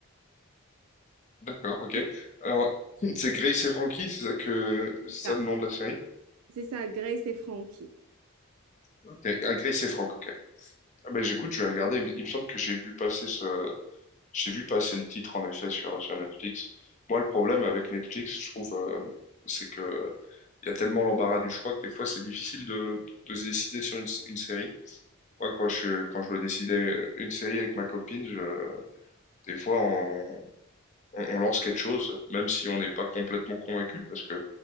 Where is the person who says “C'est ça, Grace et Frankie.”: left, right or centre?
Right